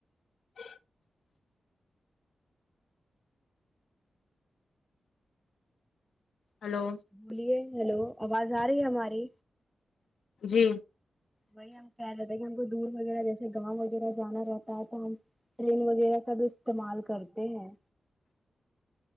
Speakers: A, on the left; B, in the centre.
A: <inaudible> ہلو
B: بولیے ہلو آواز آ رہی ہے ہماری
A: جی
B: وہی ہم کہہ رہتے ہیں کہ ہم کو دور وغیرہ جیسے گاؤں وغیرہ جانا رہتا ہے تو ہم ٹرین وغیرہ کا بھی استعمال کرتے ہیں